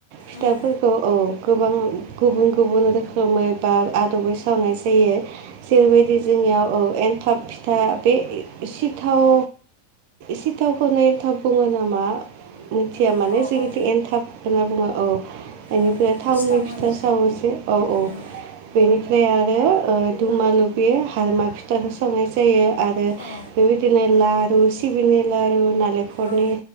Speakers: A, on the right; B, on the left.
A: फिथाइफोरखौ
B: उम
A: औ गोबां गुबुन गुबुन रोखोमै बा आदबै सावनाय जायो जेरैबायदि जोंनियाव औ एनथाब फिथा बे सिथाव सिथावखौ ननायन्थाव बुङो नामा मिथिया
B: औ
A: माने
B: औ
A: जोंनिथ'
B: औ
A: एनथाब होनना बुङो औ बेनिफ्राय
B: ओं
A: थावनि
B: सिथाव
A: फिथा
B: होनो
A: सावोसै औ औ
B: उम
A: बेनिफ्राय आरो दुमालुब हालमा फिथाखौ सावनाय जायो आरो
B: औ
A: बेबायदिनो लारु सिबिंनि लारु नारेंखलनि
B: औ